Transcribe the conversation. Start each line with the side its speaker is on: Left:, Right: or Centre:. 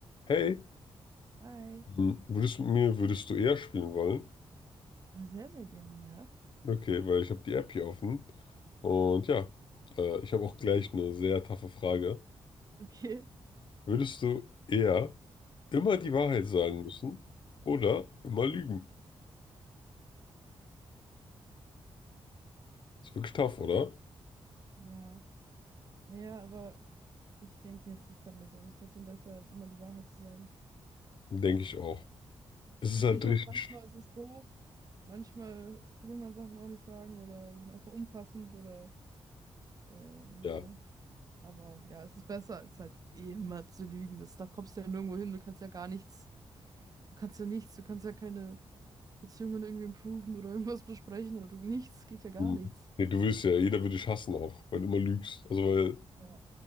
Left: Hey,
Right: Hi.
Left: hm, würdest du mit mir, würdest du eher spielen wollen?
Right: Ah, Sehr, sehr gerne, ja.
Left: Okay, weil ich habe die App hier offen. Und ja, äh, ich habe auch gleich eine sehr taffe Frage.
Right: Okay.
Left: Würdest du eher immer die Wahrheit sagen müssen oder immer lügen? Ist wirklich tough, oder?
Right: Ja. Naja, aber ich denke, es ist dann letztendlich trotzdem besser, immer die Wahrheit zu sagen.
Left: Denke ich auch. Es
Right: Ist
Left: ist
Right: natürlich
Left: halt richtig,
Right: auch manchmal ist es doof. Manchmal will man Sachen auch nicht sagen oder sind einfach unpassend oder äh,
Left: ja.
Right: ja. Aber ja, es ist besser, als halt immer zu lügen. Das, da kommst du ja nirgendwo hin. Du kannst ja gar nichts. Du kannst ja nichts. Du kannst ja keine Beziehungen irgendwie improven oder irgendwas besprechen oder du, nichts. Geht ja gar
Left: hm.
Right: nichts.
Left: Nee, du würdest ja, jeder würde dich hassen auch, weil du immer lügst. Also weil
Right: Ja.